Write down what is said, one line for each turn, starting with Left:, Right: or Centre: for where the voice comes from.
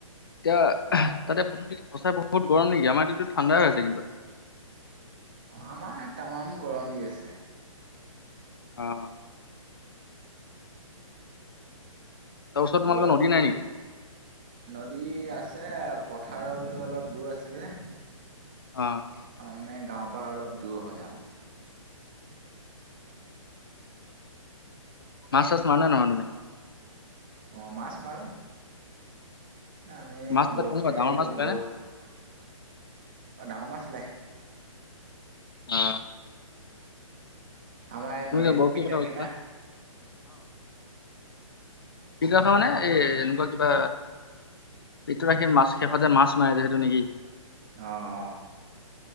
Left: দিয়া
Right: অ'
Left: তাতে <unintelligible> বহুত গৰম নেকি আমাৰ ইয়াতেটো ঠাণ্ডা হৈ হৈছে কিন্তু।
Right: অ আমাৰ ইয়াত তামাম গৰম দি আছে।
Left: অ তাৰ ওচৰত তোমালোকৰ
Right: বৰষুণটো
Left: নদী নাই নেকি
Right: নদী আছ এ পথাৰলৈ অলপ দূৰ আছে যে, আমাৰ
Left: অ
Right: মানে গাঁৱৰ পৰা অলপ দূৰ হয় আও
Left: মাছ চাছ মাৰানে নামাৰা তুমি?
Right: অহ মাছ মাৰো। আমি
Left: মাছ তাত
Right: বৰশী
Left: কেনেকুৱা ডাঙৰ
Right: মাৰিব
Left: মাছ ওলাই
Right: বৰ
Left: নে
Right: অ ডাঙৰ মাছ ওলাই।
Left: অ
Right: আমাৰ এই
Left: তুমি
Right: নদীত
Left: যে বৰশীৰ
Right: পিটা
Left: কথা কৈছিলা
Right: কেনা
Left: পিকা খোৱানে
Right: তাত
Left: ই এনেকুৱা কিবা পিতু ৰাখি মাছ শেষত যে মাছ মাৰে যে সেইটো নেকি
Right: অ অ